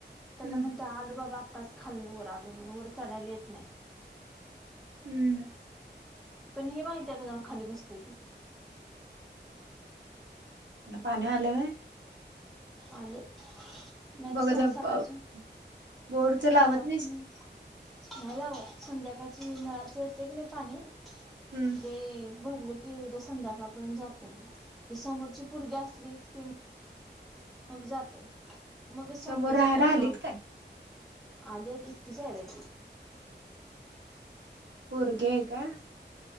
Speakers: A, in the centre; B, on the right.
A: त्यांना
B: हम्म
A: म्हणते आलू बाबा आत्ताच खाल ना वर आलू म्हण वर चढायला येत नाही.
B: हम्म
A: पण ही माहिती आहे का जाऊन खाली बसते ती,
B: पाणी आल का नाही.
A: आले, मी आता
B: बघ
A: सकाळच्या
B: प- बोरचं लावत
A: सकाळची
B: नाहीस
A: म- नाही लावत संध्याकाळच्या येळेला येतंय की नाही पाणी ते.
B: हम्म
A: भरलं की उद्या संध्याकाळ पर्यंत जाते म ती समोरची पोरगी असली कि, मग जातंय मग संपते
B: समोर राहायला
A: सकाळी
B: आलीत
A: पाणी-
B: काय
A: आल्यात एकटीच आहे बाई.
B: पोरगी हाय काय?